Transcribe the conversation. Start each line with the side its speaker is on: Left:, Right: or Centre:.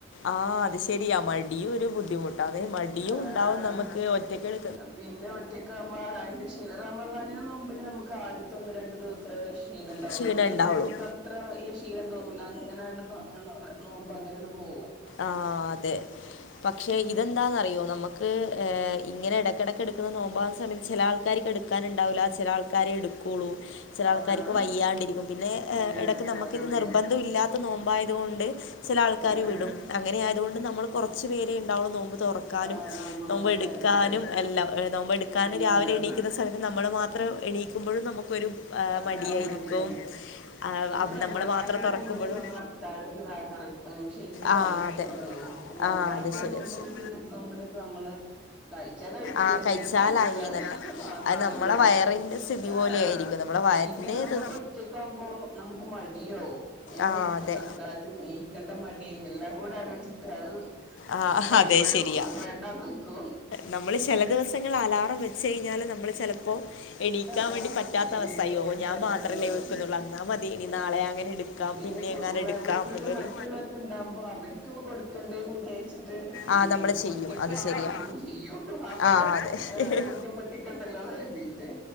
Left: ആഹ് അത് ശെരിയാ മടിയും ഒരു ബുദ്ധിമുട്ടാന്നെ മടിയുംണ്ടാവും
Centre: ആഹ്
Left: നമുക്ക് ഒറ്റക്കെട്
Centre: പിന്നെ ഒറ്റെക്കാവുമ്പോ അ അയ്ന്റെ ഷീ റമളാനിലെ നോമ്പ്ന് നമ്ക്ക് ആദ്യത്തെ ഒന്ന് രണ്ട് ദിവസേ ഷ് ക്ഷീണംണ്ടാവാെള്ളൂ
Left: ക്ഷീണം
Centre: അത് കഴിഞ്ഞ
Left: ഉണ്ടാവുള്ളൂ
Centre: നമുക്കത്ര ഇല്ല ക്ഷീണം തോന്നൂലാ അങ്ങെനേണ്ട് ന ങ്ങ ന നോമ്പ് അങ്ങെനേണ്ട് പോവും
Left: ആഹ് അതെ പക്ഷെ ഇതെന്താന്നറിയോ നമ്ക്ക് ഏഹ് ഇങ്ങെനെ എടെക്കെടെക്ക് എട്ക്ക്ന്ന നോമ്പാവ്ന്ന സമയത്ത് ചെല ആൾ ക്കാരിക്കെട്ക്കാന്ണ്ടാവൂല ചെലെ ആൾക്കാരെ എട്ക്കാേളൂ ചെലെ
Centre: ആഹ്
Left: ആൾക്കാരിക്ക് വയ്യാണ്ടിരിക്കും പിന്നെ ഏഹ്
Centre: അങ്ങനൊക്കെ
Left: എടെക്ക് നമ്ക്ക്
Centre: ആയി
Left: ഇത്
Centre: വരും
Left: നിർബന്ധം ഇല്ലാത്ത നോമ്പായത് കൊണ്ട് ചെലെ ആൾക്കാര്
Centre: ആഹ്
Left: വിടും അങ്ങെനെ ആയത്കൊണ്ട് നമ്മൾ കാെറച്ച് പേരെണ്ടാവള്ളൂ നോമ്പ് തുറക്കാനും
Centre: ആഹ്
Left: നോമ്പ്
Centre: നോക്കാനത്
Left: എട്ക്കാനും എല്ലാം ഏഹ് നോമ്പ് എട്ക്കാന്
Centre: എല്ലാം
Left: രാവിലെ
Centre: അതന്നെ
Left: എണീക്ക്ന്ന സമത്ത് നമ്മള് മാ ത്രം എണീക്ക്മ്പഴും നമുക്കൊരു ഏഹ്
Centre: ആഹ്
Left: മടിയായിരിക്കും
Centre: മട്യാണ്
Left: ആ,
Centre: പിന്നെ റമളാനിലെ
Left: നമ്മൾ മാത്രം തുറക്കുമ്പോഴും
Centre: നോമ്പിനല്ലേ നമ്മള് അത്താഴൊക്കെ ഇതാക്കാറ് ആഹ് ശെരിക്കും
Left: ആഹ്
Centre: കഴിക്കുള്ളൂ
Left: അതെ ആഹ്
Centre: ബാക്കിയ
Left: അത് ശരി
Centre: <unintelligible>
Left: അത് ശരി
Centre: നമ്മള് കഴിച്ചാ കഴിച്ച്
Left: ആഹ് കഴിച്ചാലായി
Centre: നീറ്റാ നീറ്റാ
Left: നല്ല
Centre: അത്രേ
Left: അത് നമ്മളെ
Centre: ഉള്ളൂ
Left: വയറിന്റെ സ്ഥിതി
Centre: ആഹ്
Left: പോലെ ആയിരിക്കും നമ്മളെ വയറിന്
Centre: പിന്നെ നമക്ക്
Left: തി
Centre: ഒറ്റക്കാമ്പോ നമുക്ക് മടിയാവും ഏഹ്
Left: ആഹ് അതെ
Centre: അത്താഴത്തിനേ ക്കണ്ട മടി എല്ലാം കൂടെ ആലോചിച്ചിട്ട് അത്
Left: ആഹ്
Centre: അതൊണ്ട് ഒഴു
Left: അതെ ശരിയാ
Centre: വേണ്ടന്നെക്കും
Left: നമ്മള് ചില ദിവസങ്ങളില് അലാറം വെച്ച് കഴിഞ്ഞാല് നമ്മള് ചിലപ്പോ എണീക്കാൻ
Centre: ആഹ്
Left: വേണ്ടി പറ്റാത്ത
Centre: എണീക്കാൻ
Left: അവസ്ഥയോ
Centre: പറ്റാത്ത
Left: ഞാൻ മാത്രല്ലേ
Centre: അതന്നെ
Left: വെക്കുന്നുള്ളൂ അന്നാൽ മതി ഇനി
Centre: ആ
Left: നാളെ അങ്ങനെ എടു ക്കാം
Centre: പിന്നെ
Left: എങ്ങാനും എടുക്കാം
Centre: വീട്ടില്
Left: എന്നുള്ളൊരു
Centre: മറ്റുള്ളത്ക്കെ ഇണ്ടാവും അവരിക്ക് കൊടുക്കണ്ടേന്ന് വിചാരിച്ചിട്ട് നീക്കും
Left: ആഹ് നമ്മള് ചെയ്യും
Centre: ഒറ്റക്ക്
Left: അത്
Centre: ആഹ്
Left: ശരിയാ
Centre: നമ്മൾ ചെയ്യും ആവ
Left: ആഹ് അതെ
Centre: ബുദ്ധിമുട്ടിക്കണ്ടല്ലോ കരുതിട്ട്